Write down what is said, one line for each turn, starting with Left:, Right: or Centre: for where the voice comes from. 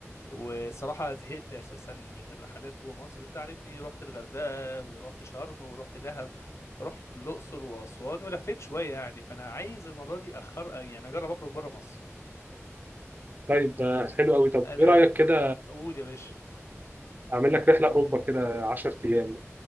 Left: والصراحه زهقت اساسا من الرحلات جوه مصر انت عارفني رحت الغردقه ورحت شرم ورحت دهب ورحت الاقصر واسوان ولفيت شويه يعني فانا عايز المره دي اخر آه، يعني اجرب اخرج بره مصر
Right: طيب ده حلو قوي طب
Left: انا
Right: ايه رايك كده
Left: قول يا باشا
Right: اعمل لك رحله اوروبا كده 10 ايام